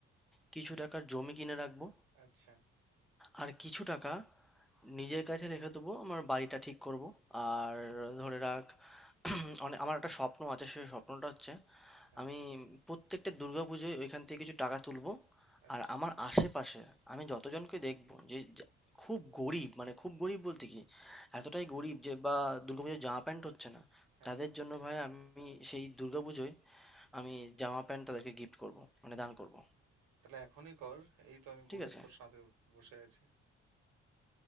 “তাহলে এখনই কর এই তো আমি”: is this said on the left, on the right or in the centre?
Right